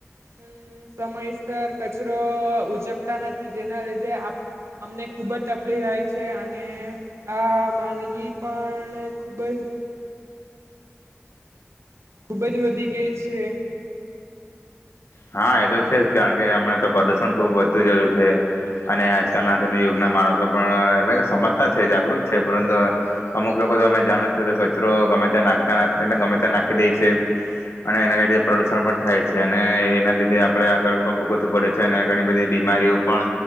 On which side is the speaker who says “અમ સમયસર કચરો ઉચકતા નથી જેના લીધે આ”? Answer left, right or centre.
Right